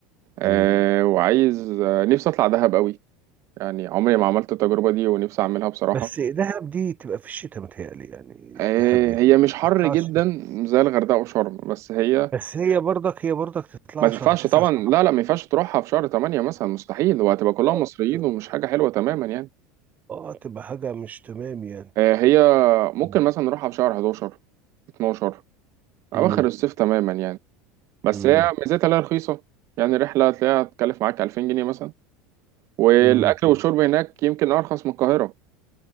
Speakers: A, on the right; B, on the right.
A: أه
B: مم.
A: وعايز آه، نفسي اطلع دهب قوي يعني عمري ما عملت التجربة دي ونفسي اعملها بصراحة
B: بس دهب دي تبقى في الشتاء متهيألي يعني
A: أه
B: دهب يعني
A: هي مش حر
B: ما تطلعش
A: جدا زي الغردقة وشرم بس هي
B: بس هي برضك هي برضك تطلع
A: ما تنفعش
B: شهر تسعة
A: طبعا
B: شهر
A: لا لا ما ينفعش تروحها في شهر 8 مثلا مستحيل وهتبقى كلهم
B: عشرة.
A: مصريين ومش حاجة حلوة تماما يعني
B: اه تبقى حاجة مش تمام يعني
A: آه، هي ممكن
B: مم.
A: مثلا نروحها في شهر 11 12
B: امم
A: أواخر الصيف تماما يعني بس
B: امم
A: هي ميزتها لها رخيصة يعني الرحلة هتلاقيها تكلف معاك 2000 جنيه مثلا والأكل
B: امم
A: والشرب هناك يمكن أرخص من القاهرة